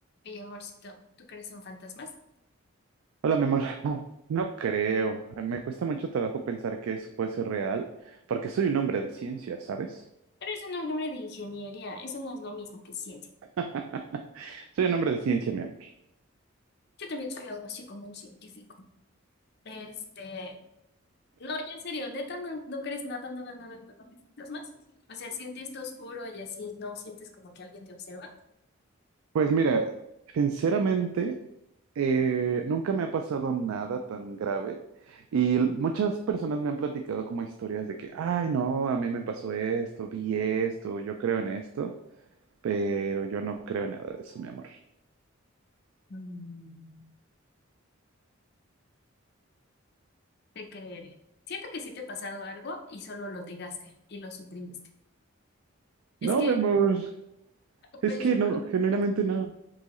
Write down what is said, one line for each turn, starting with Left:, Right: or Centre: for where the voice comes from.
Left: Oye, amorcito, ¿tú crees en fantasmas?
Right: Hola, mi amor. Ah, No creo. Me cuesta mucho trabajo pensar que eso puede ser real, porque soy un hombre de ciencia, ¿sabes?
Left: Pero es un hombre de ingeniería, eso no es lo mismo que ciencia.
Right: <laughs> Soy un hombre de ciencia, mi amor.
Left: Yo también soy algo así como un científico. Este, no, ya en serio, neta, no, no crees nada, nada, nada, nada de fantasmas. O sea, sientes esto oscuro y así no sientes como que alguien te observa.
Right: Pues mira, sinceramente, eh, nunca me ha pasado nada tan grave y l- muchas personas me han platicado como historias de que, ay, no, a mí me pasó esto, vi esto, yo creo en esto, pero yo no creo en nada de eso, mi amor.
Left: Mm. Te creeré. Siento que sí te ha pasado algo y solo lo negaste y lo suprimiste. Es
Right: No,
Left: que,
Right: mi amor, es
Left: por ejemplo,
Right: que no, generalmente
Left: ajá,
Right: no.